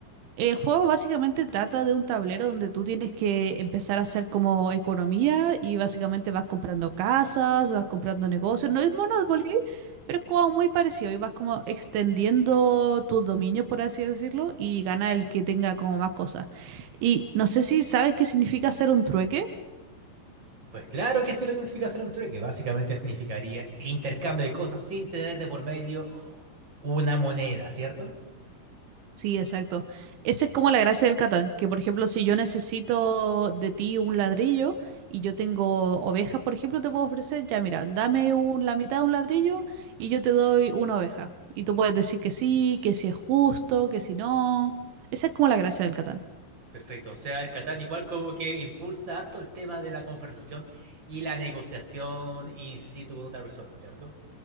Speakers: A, on the right; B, on the right.
A: El juego básicamente trata de un tablero donde tú tienes que empezar a hacer como economía y básicamente vas comprando casas, vas comprando negocios. No es Monopoly, pero es como muy parecido y vas como extendiendo tus dominios, por así decirlo, y gana el que tenga como más cosas. Y no sé si sabes qué significa hacer un trueque.
B: Pues claro que eso es lo que significa hacer un trueque. Básicamente significaría intercambio de cosas sin tener de por medio una moneda, ¿cierto?
A: Sí, exacto. Esa es como la gracia del Catán, que por ejemplo, si yo necesito de ti un ladrillo y yo tengo ovejas, por ejemplo, te puedo ofrecer, ya mira, dame un- la mitad de un ladrillo y yo te doy una oveja. Y tú puedes decir que sí, que si es justo, que si no. Esa es como la gracia del Catán.
B: Perfecto, o sea, el Catán igual como que impulsa harto el tema de la conversación y la negociación in situ con otra persona, ¿cierto?